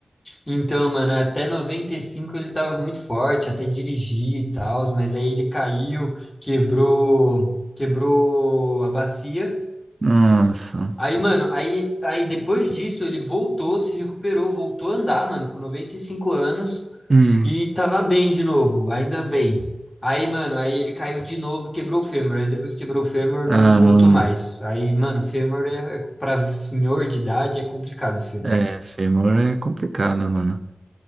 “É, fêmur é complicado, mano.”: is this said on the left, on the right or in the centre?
Right